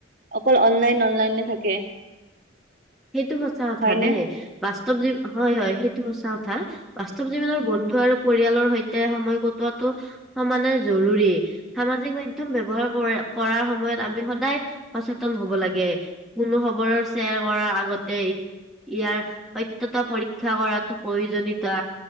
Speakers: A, on the right (about 45°); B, in the centre.
A: অকল অনলাইন অনলাইনে থাকে।
B: সেইটো সঁচা কথা
A: হয়নে
B: দেই, বাস্তৱ জীৱ হয় হয় সেই সচা কথা বাস্তৱ জীৱনৰ বন্ধু আৰু পৰিয়ালৰ সৈতে সময় কটোৱাটো সমানে জৰুৰী সামাজিক মাধ্যম ব্যৱহাৰ কৰাৰ সময়ত আমি সদায় সচেতন হব লাগে। কোনো খবৰৰ শ্বেয়াৰ কৰা বতেই ইয়াৰ সত্যতা পৰীক্ষা কৰাটো প্ৰয়োজনীয়তা।